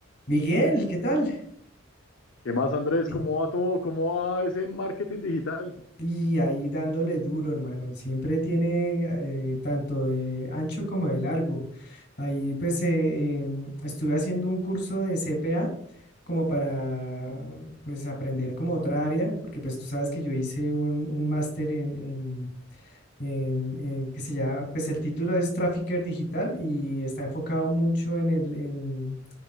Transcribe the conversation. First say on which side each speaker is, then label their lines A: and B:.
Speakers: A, on the left; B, on the left.
A: Miguel, ¿qué tal?
B: ¿Qué más, Andrés?
A: <clears throat>
B: ¿Cómo va todo? ¿Cómo va ese marketing digital?
A: Y ahí dándole duro, hermano. Siempre tiene eh, tanto de ancho como de largo. Ahí pues eh, em, estuve haciendo un curso de CPA como para pues aprender como otra área, porque pues tú sabes que yo hice un, un máster en, en- en- que se llama, pues el título es Trafficker Digital y está enfocado mucho en el, en,